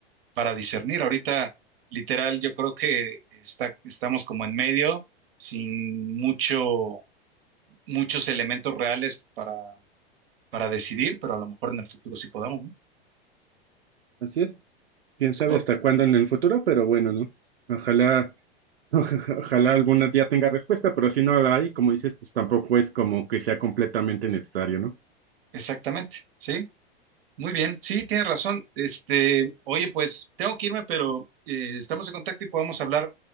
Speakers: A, on the right; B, on the right.
A: para discernir. Ahorita, literal, yo creo que está, estamos como en medio, sin mucho, muchos elementos reales para, para decidir, pero a lo mejor en el futuro sí podamos, ¿no?
B: Así es. Quién sabe
A: Ok,
B: hasta cuándo en el futuro, pero bueno, ¿no? Ojalá. <laughs> Oja- Ojalá algún día tenga respuesta, pero si no la hay, como dices, pues tampoco es como que sea completamente necesario, ¿no?
A: Exactamente, sí. Muy bien, sí, tienes razón. Este, oye, pues tengo que irme, pero eh, estamos en contacto y podemos hablar